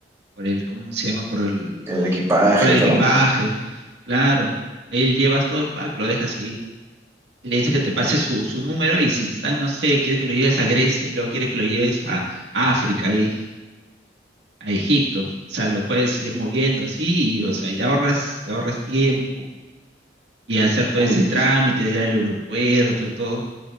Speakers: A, on the right; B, on the right.
A: por el, ¿cómo se llama? Por el,
B: el equipaje
A: por el
B: y todo.
A: equipaje. Claro. Ahí llevas todo el pack, lo dejas ahí. Y le dices que te pase su, su número y si están, no sé, quiere que lo lleves a Grecia y luego quieres que lo lleves a, a África ahí, a Egipto. O sea, lo puedes ir moviendo así, y, o sea, y le ahorras, le ahorras tiempo y hacer todo
B: Uy,
A: ese trámite de ir al aeropuerto y todo.